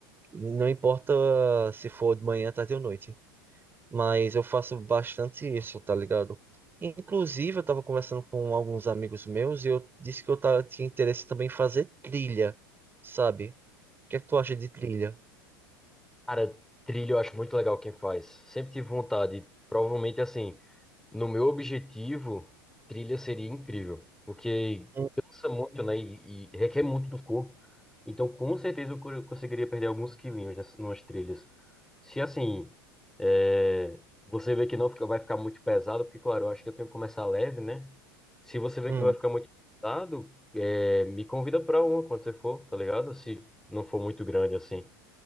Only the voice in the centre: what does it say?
Cara, trilha eu acho muito legal quem faz. Sempre tive vontade. Provavelmente, assim, no meu objetivo, trilha seria incrível. Porque
cansa muito, né? E, e requer muito do corpo. Então, com certeza, eu co- conseguiria perder alguns quilinhos nessas, numas trilhas. Se, assim, é, você vê que não fica- vai ficar muito pesado, porque, claro, eu acho que eu tenho que começar leve, né? Se você vê
que não vai ficar muito pesado, é, me convida pra uma quando você for, tá ligado? Se não for muito grande, assim.